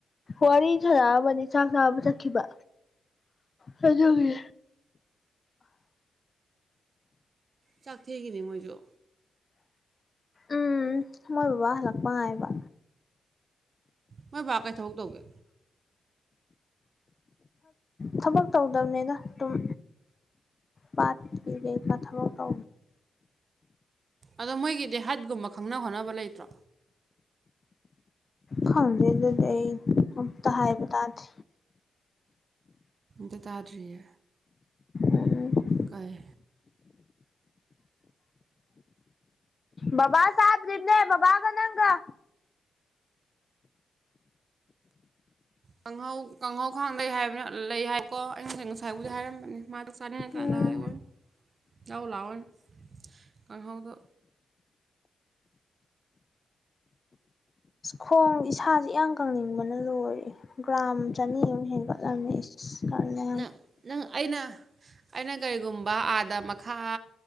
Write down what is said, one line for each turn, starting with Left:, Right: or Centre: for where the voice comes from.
Left: ꯋꯥꯔꯤ ꯁꯥꯔꯛꯑꯕꯅꯤ ꯆꯥꯛ ꯆꯥꯕ ꯆꯠꯈꯤꯕ ꯍꯖꯒ
Right: ꯆꯥꯛꯊꯦꯒꯤꯅꯤ ꯃꯣꯏꯁꯨ
Left: ꯎꯝ ꯃꯣꯏ ꯕꯥꯂꯥꯛꯄꯥꯉꯥꯏꯕ
Right: ꯃꯣꯏ ꯕꯥꯥꯛ ꯀꯩ ꯊꯕꯛ ꯇꯧꯒꯦ
Left: ꯊꯕꯛ ꯇꯧꯗꯕꯅꯤꯗ ꯑꯗꯨꯝ ꯄꯠ ꯄꯤꯒ ꯀꯊꯕꯣ ꯇ
Right: ꯑꯗꯣ ꯃꯣꯏꯒꯤꯗꯤ ꯍꯠꯀꯨꯝꯕ ꯈꯪꯅ ꯍꯣꯠꯅꯕ ꯂꯩꯇ꯭ꯔꯣ
Left: ꯈꯪꯗꯦ ꯑꯗꯨꯗꯤ ꯑꯩ ꯑꯝꯇ ꯍꯥꯏꯕ ꯇꯥꯗꯦ
Right: ꯗꯇꯥꯔꯔꯤꯌꯦ
Left: ꯎꯝ
Right: ꯀꯥꯏ
Left: ꯕꯕꯥ ꯁꯥꯕ ꯔꯤꯦ ꯕꯥ ꯀꯅꯥꯒ
Right: ꯀꯥꯡꯍꯧ ꯀꯥꯡꯍꯧꯈꯥꯡꯗꯩ ꯍꯥꯏꯕꯅ ꯂꯩ ꯍꯥꯏꯕꯀꯣ ꯑꯩ ꯉꯁꯦ ꯉꯁꯥꯏꯕꯨꯗꯤ ꯍꯥꯏꯔꯝꯕꯅꯦ ꯃꯥꯗ ꯀꯥꯟ ꯀꯥꯟꯗ
Left: ꯎꯝ
Right: ꯍꯥꯏꯋꯏ ꯌꯥꯎ ꯂꯥꯛꯑꯣꯏ ꯀ ꯍꯗ
Left: ꯈꯣꯡ ꯏꯁꯥꯁꯦ ꯏ ꯀꯪꯅꯤꯡꯕꯅ ꯂꯣꯏꯔꯦ ꯒ꯭ꯔꯥꯝ ꯆꯅꯤ ꯑꯃꯨꯛ ꯍꯦꯟꯒꯠꯂꯝꯃꯤ ꯀꯅ
Right: ꯅꯪ ꯅꯪ ꯑꯩꯅ ꯑꯩꯅ ꯀꯔꯤꯒꯨꯝꯕ ꯑꯥꯗ ꯃꯈꯥ